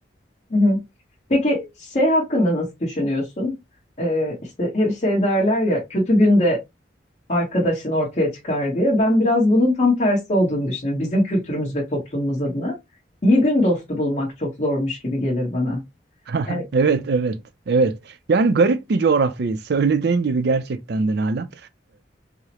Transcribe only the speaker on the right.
<laughs>
Evet, evet, evet. Yani garip bir coğrafyayı söylediğin gibi gerçekten de Nalan.